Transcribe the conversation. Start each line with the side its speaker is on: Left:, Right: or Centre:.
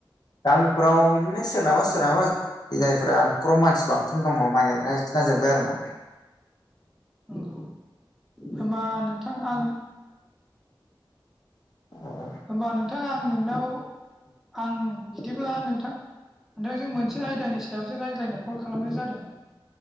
Left: गामिफोराव इदिनो सोरनाबा सोरहाबा जायफोरा नखराव मानसि बांसिन दङ माइ गायग्रा बिसिना जोबबाय आरो माने
Centre: नंगौ होमबा नोंथां आं
Left: <inaudible> <unintelligible> <inaudible> <unintelligible>
Centre: होमबा नोंथां आं नोंनाव आं बिदिब्ला नोंथां नाथां जों मोनसे आयदानि सायावसो रायज्लायनो कल खालामनाय जादोंमोन